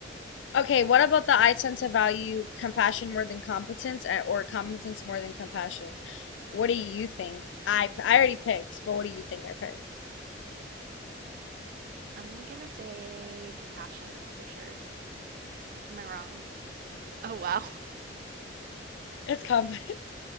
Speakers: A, on the left; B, on the right.
A: Okay, what about the I tend to value compassion more than competence eh, or competence more than compassion? What do you think? I I already picked, but what do you think I picked?
B: I'm gonna say compassion for sure. Am I wrong? Oh, wow.
A: It's competence.